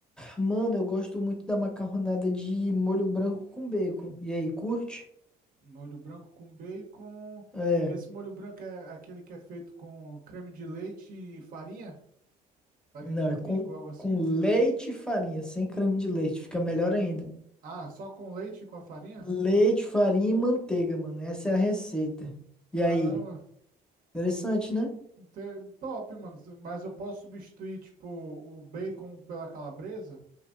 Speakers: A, in the centre; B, on the right.
A: mano, eu gosto muito da macarronada de molho branco com bacon. E aí, curte?
B: Molho branco com bacon.
A: É,
B: Esse molho branco é aquele que é feito com creme de leite e farinha? Farinha
A: não,
B: de
A: é
B: trigo,
A: com,
B: algo assim?
A: com leite e farinha, sem creme de leite, fica melhor ainda.
B: Ah, só com leite e com a farinha?
A: Leite, farinha e manteiga, mano. Essa é a receita. E
B: Caramba.
A: aí? Interessante, né?
B: Te- Top, mano. Mas eu posso substituir, tipo, o bacon pela calabresa?